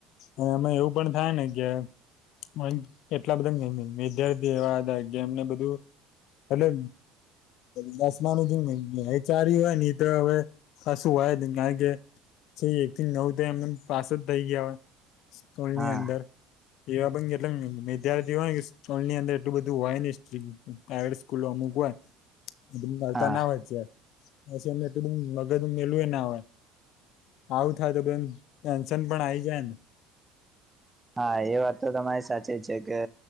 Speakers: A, on the left (about 65°); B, on the right (about 15°).
A: અય અમા એવું પણ થાય ને કે મળીન એટલા બધા વિદ્યાર્થી એવા અતા કે એમને બધું એટલે દ-દસમાનું જેમ વ-વચાયરુ ઓય ને ઈ તો અવે કશું હોય જની કારણ કે જે એક થી નવ થાય એમને એમ પાસ જ થઈ ગયા હોય. સ્કૂલની
B: હા
A: અંદર એવા પણ કેટલા વિદ્યાર્થી હોને સ્કુલની અંદર એટલું બધું હોય ની સ્ટ્રીકટ પ્રાઇવેટ સ્કૂલો અમુક હોય <unintelligible>
B: હા
A: ના હોય છે પછી એમને એટલું બધું મેલુંય એ ના હોય આવું થાય તો બેન ટેન્શન પણ આઈ જાય ને
B: હા એ વાત તો તમારી સાચી છે કે